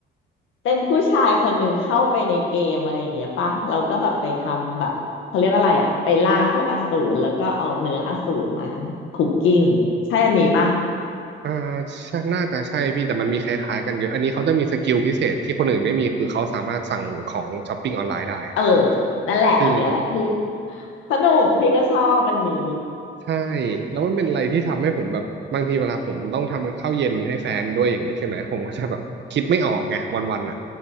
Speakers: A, on the left (about 80°); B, on the right (about 60°).
A: เป็นผู้ชายคนหนึ่งเข้าไปในเกมอะไรอย่างเงี้ยป่ะเราก็แบบไปทำแบบเขาเรียกอะไรอะไปล่าพวกอสูรแล้วก็เอาเนื้ออสูรมาคุกกิ้งใช่อันนี้ป่ะ
B: อ่าใช่น่าจะใช่พี่แต่มันมีคล้ายๆกันเยอะอันนี้เขาจะมีสกิลพิเศษที่คนอื่นไม่มีคือเขาสามารถสั่งของช้อปปิ้งออนไลน์ได้อะ
A: เออนั่นแหละอันเนี้ยแหละพี่
B: เออ
A: สนุกพี่ก็ชอบอันนี้
B: ใช่แล้วมันเป็นอะไรที่ทำให้ผมแบบบางทีเวลาผมต้องทำข้าวเย็นให้แฟนด้วยอย่างนี้ใช่ไหมผมก็จะแบบคิดไม่ออกไงวันๆอ่ะ